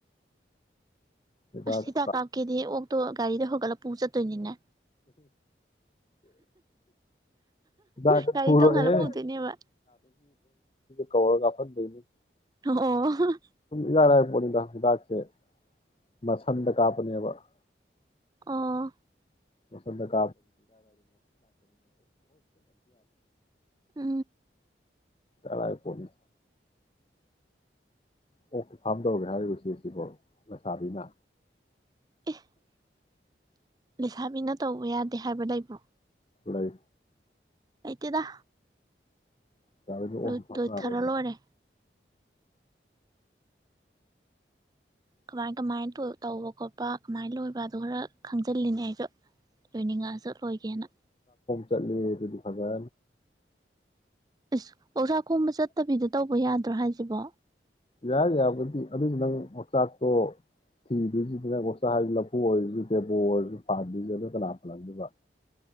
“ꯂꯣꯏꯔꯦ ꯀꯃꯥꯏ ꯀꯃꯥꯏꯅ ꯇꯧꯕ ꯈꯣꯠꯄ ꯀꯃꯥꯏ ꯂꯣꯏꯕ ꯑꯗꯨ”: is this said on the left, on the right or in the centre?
Right